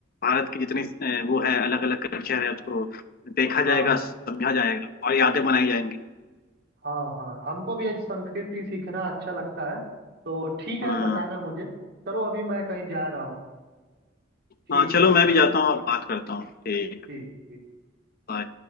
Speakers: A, on the left (about 50°); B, on the right (about 55°).
A: भारत की जितनी अ, वो है अलग अलग कल्चर है उसको देखा जाएगा
B: हाँ
A: समझा जाएगा और यादें बनाई जाएंगी
B: हाँ हाँ हमको भी आज संस्कृति सीखना अच्छा लगता है तो ठीक है
A: हम्म
B: बताना मुझे चलो अभी मैं कहीं जा रहा हूँ ठीक
A: हाँ चलो
B: है भाई
A: मैं भी जाता हूँ अब बात करता हूँ ठीक है,
B: ठीक ठीक
A: bye.